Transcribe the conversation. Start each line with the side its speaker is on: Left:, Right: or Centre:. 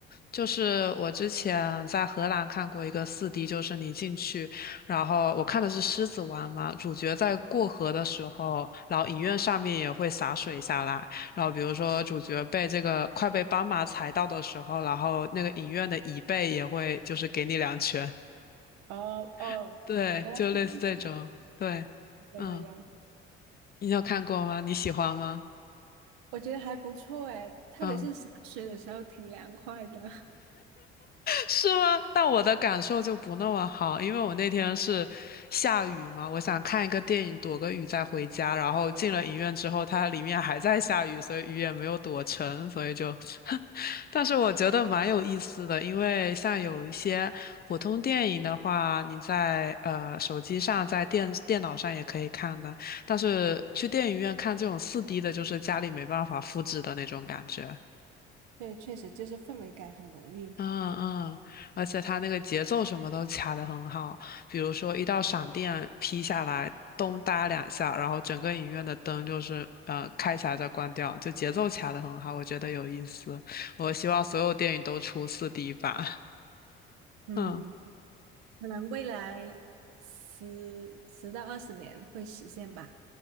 Left: 就是我之前在荷兰看过一个四 d 就是你进去，然后我看的是《狮子王》嘛，主角在过河的时候，然后影院上面也会洒水下来，然后比如说主角被这个快被斑马踩到的时候，然后那个影院的椅背也会就是给你两拳，
Right: 哦哦，
Left: <laughs> 对，
Right: 原来这个是
Left: 就类似这种，对，
Right: 有有有，
Left: 嗯，你有看过吗？你喜欢吗？
Right: 我觉得还不错哎，特别是洒水的时候挺凉快的。
Left: 嗯。是吗？但我的感受就不那么好，因为我那天是下雨嘛，我想看一个电影躲个雨再回家，然后进了影院之后，它里面还在下雨，所以雨也没有躲成，所以就，<laughs> 但是我觉得蛮有意思的，因为像有一些普通电影的话，你在呃手机上、在电电脑上也可以看的，但是去电影院看这种 4D 的，就是家里没办法复制的那种感觉。
Right: <laughs> 对，确实就是氛围感很浓郁。
Left: 嗯嗯，而且它那个节奏什么都卡得很好，比如说一道闪电劈下来，咚哒两下，然后整个影院的灯就是呃开起来再关掉，就节奏卡得很好，我觉得有意思。我希望所有电影都出四 d 版。<laughs>
Right: 嗯。
Left: 嗯
Right: 可能未来十十到二十年会实现吧。